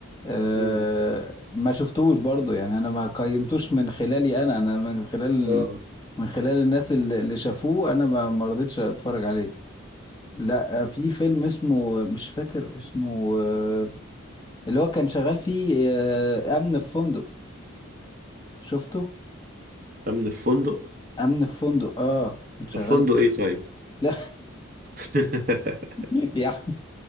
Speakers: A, on the left; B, on the right.
A: أه
B: امم
A: ما شفتوش برضو يعني انا ما قيمتوش من خلالي انا انا من خلال
B: اه
A: من خلال الناس اللي اللي شافوه انا ما ما رضيتش اتفرج عليه لا في فيلم اسمه مش فاكر اسمه آه، اللي هو كان شغال فيه آه، امن في فندق شفته
B: امن الفندق
A: امن في فندق اه كان شغال
B: الفندق ايه طيب
A: لا
B: <laughs>
A: <laughs> يا أحمد.